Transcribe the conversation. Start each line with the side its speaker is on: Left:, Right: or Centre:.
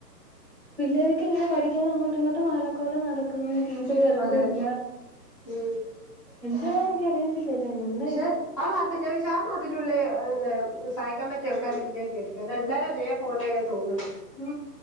Right: പിള്ളേരെക്കെ ഇങ്ങന പഠിക്കാതെ അങ്ങോട്ടുംഇങ്ങട്ടും അലക്കോല നട ടീച്ചർ ഇടക്
Left: അതെ
Right: ഇല്ല
Left: ഉം
Right: എന്താണോ എനിക്കറിയത്തില്ലന്ന്
Left: ശെ ആഹ് അപ്പൊ ഞാ ചോയ്ച്ച ആ നാട്ടിലുള്ളെ പിന്നെ സഹായിക്കാൻ പറ്റിയ ആൾക്കാരില്ലേ വിചാരിക്കും ആര്ണം എല്ലാരും ഒരേ പോലാണ് തോന്നുന്നത്.
Right: ഉ